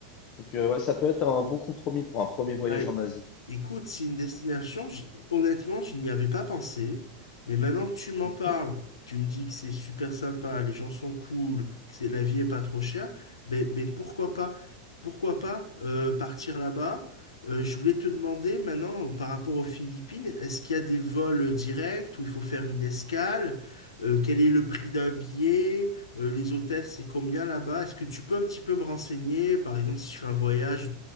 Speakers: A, on the left; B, on the left.
A: Donc, euh, ouais, ça peut être un bon compromis pour un premier
B: Bah,
A: voyage en Asie.
B: Écoute, c'est une destination, j- honnêtement, je n'y avais pas pensé, mais maintenant que tu m'en
A: Mhm.
B: parles, tu me dis que c'est super sympa, les gens sont cool, que c'est, la vie est pas trop chère, mais, mais pourquoi pas, pourquoi pas euh, partir là-bas? Euh, je voulais te demander maintenant, par rapport aux Philippines, est-ce qu'il y a des vols directs où il faut faire une escale? Euh, quel est le prix d'un billet? Euh, les hôtels, c'est combien là-bas? Est-ce que tu peux un petit peu me renseigner, par exemple, si je fais un voyage